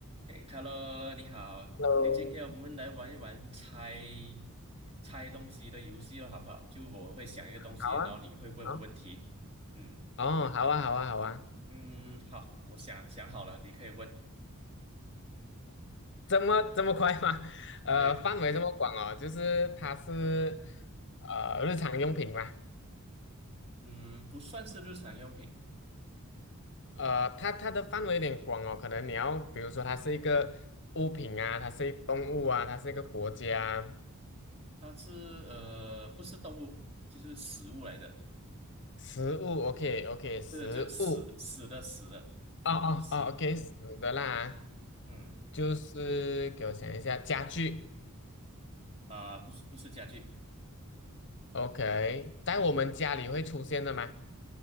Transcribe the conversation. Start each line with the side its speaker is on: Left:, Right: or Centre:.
Right: 哎，Hello，你好。
Left: Hello，
Right: 哎，今天我们来玩一玩猜猜东西的游戏了，好不好？就我会想一个东西，
Left: 好啊，
Right: 然后你会问我问题。
Left: 好，
Right: 嗯
Left: 哦，好啊，好啊，好啊，
Right: 嗯，好，我想想好了，你可以问。
Left: 这么这么快吗？<laughs> 呃，
Right: 对对，
Left: 范围这么广哦，就是它是
Right: 嗯哼，
Left: 呃日常用品嘛，
Right: 嗯，不算是日常用品，
Left: 呃，它它的范围有点广哦，可能你要比如说它是一个物品啊，
Right: 嗯哼
Left: 它是一动物啊，它是一个国家，
Right: 它是呃不是动物，就是食物来的，
Left: 食物，OK OK，食物，
Right: 不是就是死的死的死的，
Left: 哦哦哦，OK，
Right: 不是食。
Left: 死的啦，
Right: 嗯
Left: 就是给我想一下，家具
Right: 啊，不是不是家具。
Left: ，OK，在我们家里会出现的吗？